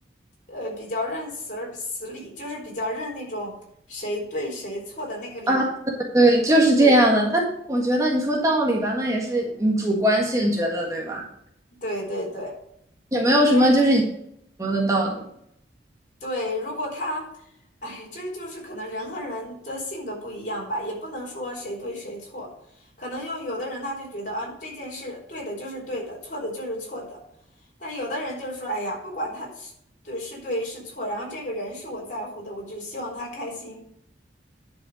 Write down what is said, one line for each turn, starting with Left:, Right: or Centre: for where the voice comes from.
Left: 呃，比较认死儿死理，就是比较认那种谁对谁错的那个理。
Right: 啊。<laughs> 对，就是这样的。
Left: 对对
Right: 但是我觉得你说道理吧，那也是你主观性觉得，对吧？
Left: 对对
Right: 也没有什么就是一什
Left: 对，
Right: 么的道理。
Left: 对，如果他，哎，这就是可能人和人的性格不一样吧，也不能说谁对谁错，可能就有的人他就觉得，嗯，这件事对的就是对的，错的就是错的，但有的人就是说，哎呀，不管他是对是对是错，然后这个人是我在乎的，我只希望他开心。